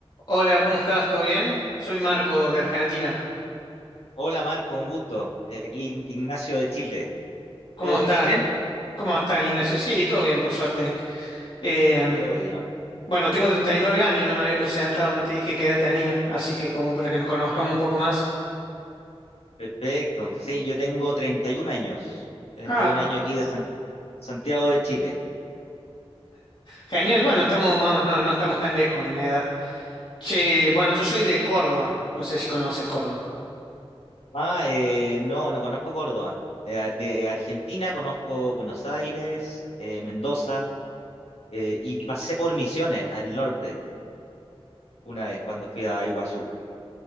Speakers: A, on the left; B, on the left.
A: Hola, ¿cómo estás? ¿Todo bien? Soy Marco de Argentina.
B: Hola Marco, un gusto. Eh, Aquí Ign- Ignacio de Chile.
A: ¿Cómo
B: ¿Todo
A: estás?
B: bien?
A: ¿Cómo estás, Ignacio? Sí, todo bien, por suerte. Eh,
B: Qué bueno.
A: bueno, tengo 39 años, no me había presentado, no te dije qué edad tenía, así que como para que nos conozcamos
B: Ah,
A: un poco más.
B: perfecto. Sí, yo tengo 31 años. 31
A: Ah,
B: años aquí de San- Santiago de Chile.
A: genial, bueno, estamos, vamos, no, no estamos tan lejos en edad. Che, bueno, yo soy de Córdoba, no sé si conoces Córdoba.
B: Ah, eh, no, no conozco Córdoba. De, A- de Argentina conozco Buenos Aires, eh, Mendoza, eh, y, y pasé por Misiones al norte una vez cuando fui a Iguazú.